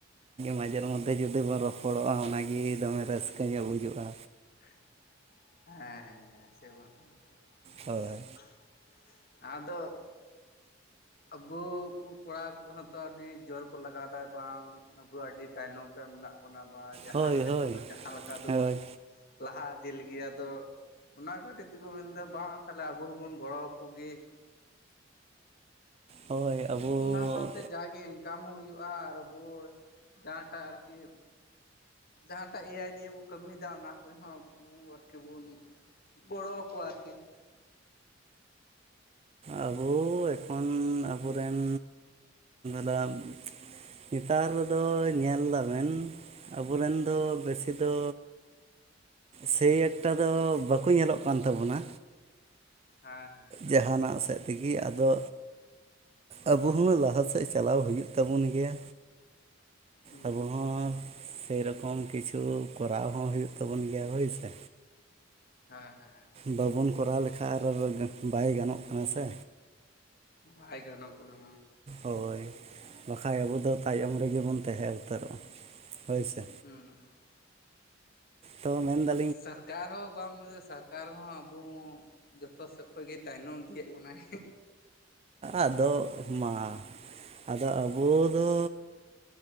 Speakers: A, on the right; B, on the left.
A: ᱢᱟᱡᱷᱮᱨ ᱢᱚᱫᱽᱫᱷᱮ ᱡᱩᱫᱤ ᱵᱚᱱ ᱨᱚᱯᱚᱲᱚᱜᱼᱟ ᱚᱱᱟᱜᱮ ᱫᱚᱢᱮ ᱨᱟᱹᱥᱠᱟ ᱜᱮ ᱵᱩᱡᱷᱩᱜᱼᱟ᱾
B: <unintelligible>
A: ᱦᱳᱭ
B: ᱟᱫᱚ᱾ ᱟᱵᱚ ᱠᱩ ᱾ ᱠᱚᱲᱟ ᱠᱩ ᱦᱚᱸᱛᱚ ᱟᱹᱰᱤ ᱡᱳᱨ ᱠᱚ ᱞᱟᱜᱟᱣ ᱫᱟ ᱵᱟᱝ ᱟᱵᱚ ᱟᱹᱰᱤ ᱛᱟᱭᱱᱚᱢ ᱨᱮ ᱢᱮᱱᱟᱜ ᱵᱚᱱᱟ ᱵᱟ᱾ ᱡᱟᱦᱟᱸ
A: ᱦᱳᱭ
B: ᱥᱮᱫ
A: ᱦᱳᱭ
B: ᱫᱚ ᱡᱟᱦᱟᱸ ᱞᱮᱠᱟ ᱫᱚᱵᱚᱱ᱾
A: ᱦᱳᱭ
B: ᱞᱟᱦᱟ ᱤᱫᱤ ᱞᱟᱹᱜᱤᱫ ᱟᱫᱚ ᱚᱱᱟ ᱠᱷᱟᱹᱛᱤᱨ ᱛᱮᱠᱚ ᱢᱮᱱᱮ ᱫᱟ ᱵᱟᱝ ᱛᱟᱦᱞᱮ ᱟᱵᱚ ᱦᱚᱵᱚᱱ ᱜᱚᱲᱚ ᱟᱠᱚ ᱜᱮ᱾
A: ᱦᱳᱭ ᱟᱵᱚ
B: ᱚᱱᱟ ᱥᱟᱶᱛᱮ ᱡᱟᱜᱮ ᱤᱱᱠᱟᱢ ᱦᱚᱸ ᱦᱩᱭᱩᱜᱼᱟ ᱟᱨ ᱟᱵᱚ ᱡᱟᱦᱟᱸᱴᱟᱜ ᱟᱨᱠᱤ᱾ ᱡᱟᱦᱟᱸᱴᱟᱜ ᱮ ᱟᱭ ᱱᱤᱭᱮ ᱠᱚ ᱠᱟᱹᱢᱤᱭᱮᱫᱟ ᱚᱱᱟ ᱠᱚᱦᱚᱸ ᱟᱵᱚ ᱟᱨᱠᱤ ᱵᱚᱱ ᱾ ᱜᱚᱲᱚ ᱟᱠᱚᱣᱟ ᱠᱤᱱ᱾
A: ᱟᱵᱚ ᱮᱠᱷᱚᱱ ᱟᱵᱚᱨᱮᱱ᱾ <inaudible> ᱱᱮᱛᱟᱨ ᱫᱚ ᱧᱮᱞᱮ ᱫᱟᱵᱤᱱ᱾ ᱟᱵᱚ ᱨᱮᱱ ᱫᱚ ᱵᱮᱥᱤ ᱫᱚ᱾ ᱥᱮᱭ ᱮᱠᱴᱟ ᱫᱚ ᱵᱟᱠᱚ ᱧᱮᱞᱚᱜ ᱠᱟᱱ ᱛᱟᱵᱚᱱᱟ᱾
B: ᱦᱮᱸ ᱦᱮᱸ᱾
A: ᱡᱟᱦᱟᱱᱟᱜ ᱥᱮᱫ ᱛᱮᱜᱮ ᱟᱫᱚ᱾ ᱟᱵᱚ ᱦᱚᱸ ᱞᱟᱦᱟ ᱥᱮᱫ ᱪᱟᱞᱟᱣ ᱦᱩᱭᱩᱜ ᱛᱟᱵᱚᱱ ᱜᱮᱭᱟ᱾
B: ᱦᱩᱸ
A: ᱟᱵᱚ ᱦᱚᱸ ᱥᱮᱨᱮᱠᱚᱢ ᱠᱤᱪᱷᱩ ᱠᱚᱨᱟᱣ ᱦᱚᱸ ᱦᱩᱭᱩᱜ ᱛᱟᱵᱚᱱ ᱜᱮᱭᱟ ᱦᱳᱭᱥᱮ᱾
B: ᱦᱮᱸ ᱦᱮᱸ
A: ᱵᱟᱵᱚᱱ ᱠᱚᱨᱟᱣ ᱞᱮᱠᱷᱟᱱᱡ ᱟᱨ ᱵᱟᱭ ᱜᱟᱱᱚᱜ ᱠᱟᱱᱟᱜ ᱥᱮ᱾
B: ᱵᱟᱭ ᱜᱟᱱᱚᱜ ᱠᱟᱱᱟ᱾
A: ᱦᱳᱭ ᱵᱟᱠᱷᱟᱡ ᱟᱵᱚᱫᱚ ᱛᱟᱭᱚᱢ ᱨᱮᱜᱮ ᱵᱚᱱ ᱛᱟᱦᱮᱸ ᱩᱹᱛᱟᱨᱚᱜ-ᱟ ᱦᱳᱭ ᱥᱮ᱾
B: ᱦᱩᱸ
A: ᱛᱚ ᱢᱮᱱ ᱫᱟ᱾
B: ᱥᱟᱨᱠᱟᱨ ᱦᱚᱸ ᱵᱟᱢ ᱢᱮᱱ <inaudible> ᱥᱚᱨᱠᱟᱨ ᱦᱚᱸ ᱟᱵᱚ ᱦᱚᱸ ᱡᱚᱛᱚ ᱥᱮᱫ ᱠᱷᱚᱱᱚᱡ ᱜᱮ ᱛᱟᱭᱱᱚᱢ ᱠᱮᱫ ᱵᱚᱱᱟᱭ᱾
A: ᱟᱫᱚ ᱢᱟ ᱟᱫᱚ ᱟᱵᱚ ᱫᱚ᱾